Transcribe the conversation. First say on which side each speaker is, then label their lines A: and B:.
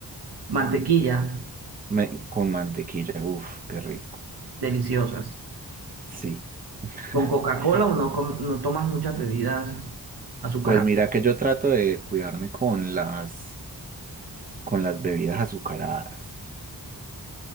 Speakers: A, on the right; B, on the right.
A: Mantequillas,
B: Me- con mantequilla, uff, qué rico.
A: deliciosas.
B: Sí. <laughs>
A: Con Coca-Cola o no, com- no tomas muchas bebidas azucaradas.
B: Pues mira que yo trato de cuidarme con las, con las bebidas azucaradas.